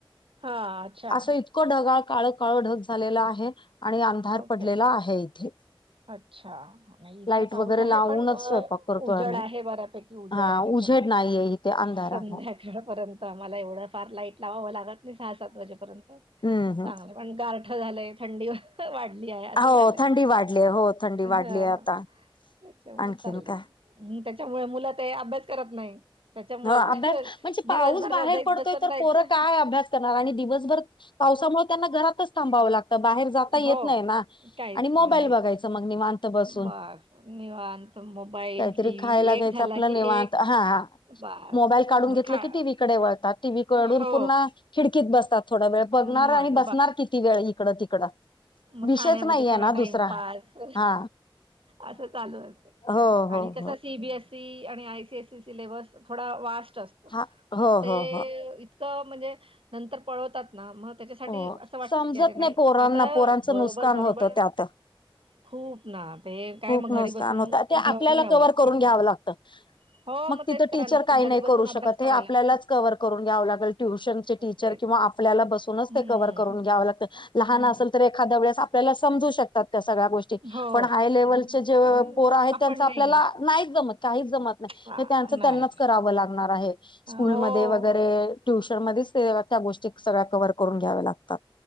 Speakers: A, on the right; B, on the left.
A: हा अच्छा
B: असं इतकं ढगाळ काळ काळ ढग झालेला आहे आणि अंधार
A: ओके
B: पडलेला आहे इथे
A: अच्छा नाही इथे
B: लाईट
A: पाऊस
B: वगैरे
A: आहे
B: लावूनच
A: पण
B: स्वयंपाक करतोय
A: उजड
B: आम्ही
A: आहे बऱ्यापैकी उजड
B: हा
A: आहे त्याच्यामुळे
B: उझेड नाहीये इथे अंधार
A: संध्या
B: आहे
A: पर्यंत आम्हाला एवढं फार लाईट लावावं लागत नाही सहा सात वाजेपर्यंत
B: हम्म हम्म
A: चांगलं पण गारठ झालंय थंडीवर वाढली आहे असं
B: हो
A: झालंय
B: थंडी वाढली हो थंडी वाढली
A: ह
B: आहे आता
A: त्याच्यामुळे
B: आणखीन
A: चाललंय
B: काय
A: त्याच्यामुळे मुलं ते अभ्यास करत नाही त्याच्यामुळे
B: हो अभ्यास म्हणजे पाऊस
A: दिवसभरला
B: बाहेर
A: जाईत
B: पडतोय
A: बसून
B: तर
A: राहायचं
B: पोरं काय अभ्यास आणि दिवसभर पावसामुळे त्यांना घरातच थांबावं लागत बाहेर जाता येत
A: हो
B: नाही ना
A: काहीच
B: आणि मोबाईल
A: नाही नाहीच
B: बघायचं मग नि माांतं बसून
A: बस निवांत मोबाईल
B: काहीतरी
A: टीव्ही
B: खायलाग्यायचं
A: एक झाला
B: आपलं
A: की
B: नेवत
A: एक
B: हा
A: बस
B: मोबाईल काढून
A: मग
B: घेतलं
A: खा
B: की टीव्ही कडे वळतात टीव्ही कडून
A: हो
B: पर्ण खिडकीत बसतात थोडा वेळ पघणार
A: मग
B: आणि बसणार किती वेळ इकडं तिकडं
A: म
B: विषयच
A: खाण्यामध्ये
B: नाहीये
A: थोडा
B: ना
A: टाईमपास
B: दुसरा हा
A: असं चालू असते.
B: हो
A: आणि
B: हो
A: कस
B: हो
A: सी बी एस सी आणि I C S C syllabus थोडा वास्ट अस
B: हा
A: मग
B: हो
A: ते
B: हो हो
A: इतकं म्हणजे नंतर पळवतात ना म त्याच्यासाठी
B: हो
A: असं वाटत
B: समजत
A: की अरे नाही
B: पोरांना
A: अस
B: पोरांचं
A: बरोबर
B: नुकसान
A: बरोबर
B: होतं त्यात
A: खूप ना ते काय
B: खूप
A: मग
B: नुसकानं
A: घरी बसून
B: होत ते आपल्याला
A: घेऊन घ्यावं
B: कवर
A: लागतं
B: करून
A: अभ्यास.
B: घ्यावं लागत.
A: हो
B: मग तिथं
A: तेच करायला
B: टीचर
A: लागतं
B: काही नाही
A: घरी बसून
B: करू
A: अभ्यास
B: शकत
A: करायला
B: हे आपल्यालाच
A: लागतं
B: कव्हर करून घ्यावं लागेल ट्युशनचे टीचर
A: ते
B: किंवा आप आपल्याला बसूनच
A: हम्म.
B: ते कवर करून घ्यावं लागत लहान
A: हम्म
B: असल तर एक एखाद्या वेळेस आपल्याला समजू शकतात त्या सगळ्या गोष्टी
A: हो
B: पण आ हाय लेवलचे जे
A: मग
B: पोर आहेत
A: आपण
B: त्यांच आपल्याला
A: नाही घेऊ शकत
B: नाहीच जमत काहीच जमत नाय.
A: आ,
B: हे त्यांच
A: नाही.
B: त्यांनाच करावं लागणार आहे स्कूलमध्ये
A: हो
B: वगैरे ट्युशन मध्येच ते त्या गोष्टी सगळ्या कव्हर करून घ्याव्या लागतात